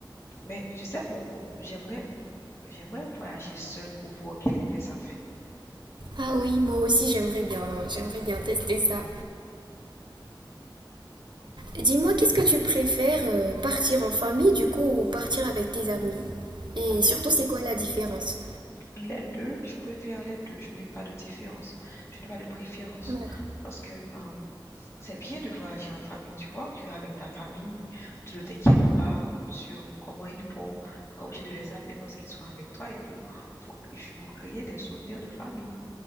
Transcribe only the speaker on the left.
Mais tu sais, mon, mon- j'aimerais, j'aimerais voyager seule pour voir quel effet ça fait.
En fait,
les deux, je préfère les deux. Je n'ai pas de différence. Je n'ai pas de préférence
parce que euh, C'est bien de voyager en famille, tu vois. Tu es avec ta famille, tu ne t'inquiètes pas sur comment ils vont, pas obligé de les appeler parce qu'ils sont avec toi et vous, vous, vous créez des souvenirs de famille.